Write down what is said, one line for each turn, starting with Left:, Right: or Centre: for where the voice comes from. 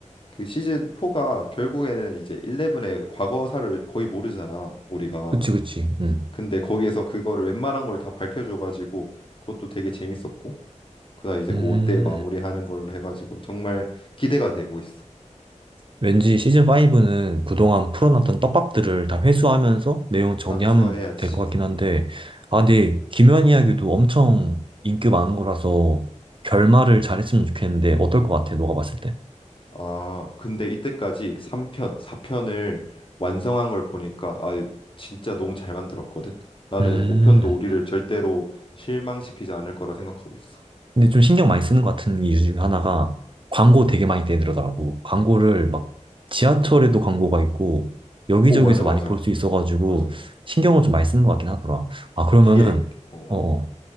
Left: 그 시즌 4가 결국에는 이제 11의 과거사를 거의 모르잖아, 우리가.
Right: 그치 그치. 음.
Left: 근데 거기에서 그거를 웬만한 걸 다 밝혀줘가지고 그것도 되게 재밌었고, 그다음 이제
Right: 음.
Left: 5때 마무리하는 걸로 해가지고 정말 기대가 되고 있어.
Right: 왠지 시즌5는 그동안 풀어놨던 떡밥들을 다 회수하면서 내용 정리하면
Left: 다 해소해야지.
Right: 될 것 같긴 한데,
Left: 음.
Right: 아, 근데 김연 이야기도 엄청 인기 많은 거라서 결말을 잘했으면 좋겠는데, 어떨 것 같아, 너가 봤을 때?
Left: 아, 근데 이때까지 3편, 4편을 완성한 걸 보니까 아, 진짜 너무 잘 만들었거든. 나는
Right: 음.
Left: 5편도 우리를 절대로 실망시키지 않을 거라 생각하고 있어.
Right: 근데 좀 신경 많이 쓰는 것 같은 이유 중에 하나가 광고 되게 많이 떼들어 더라고 광고를 막 지하철에도
Left: 오,
Right: 광고가 있고 여기저기서
Left: 오, 맞아,
Right: 많이
Left: 맞아,
Right: 볼 수 있어가지고
Left: 맞아, 맞아.
Right: 신경을 좀 많이 쓰는 것 같긴 하더라. 아, 그러면은,
Left: 이게 어,
Right: 어,
Left: 어,
Right: 어.